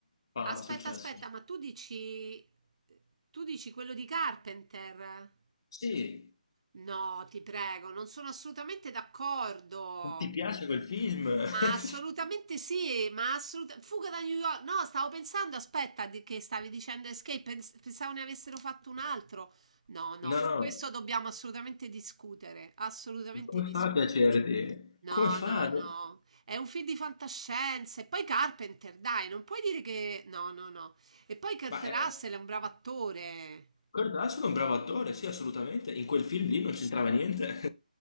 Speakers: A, on the left; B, on the right.
A: fama,
B: Aspetta,
A: successo.
B: aspetta, ma tu dici... Tu dici quello di Carpenter?
A: Sì,
B: No, ti prego, non sono assolutamente d'accordo.
A: ti piace quel film? <laughs>
B: Ma assolutamente sì, ma assolutamente Fuga da New York. No, stavo pensando, aspetta, di- che stavi dicendo Escape, pens- pensavo ne avessero fatto un altro. No, no,
A: No,
B: su questo
A: no,
B: dobbiamo assolutamente discutere, assolutamente
A: ma come
B: discutere.
A: fa a piacerti?
B: No,
A: Come fa?
B: no, no,
A: a-
B: è un film di fantascienza. E poi Carpenter, dai, non puoi dire che... No, no, no. E poi Kurt
A: Ma
B: Russell
A: eh,
B: è un bravo attore.
A: Kurt Russell è un bravo attore, sì, assolutamente, in quel film lì non c'entrava niente.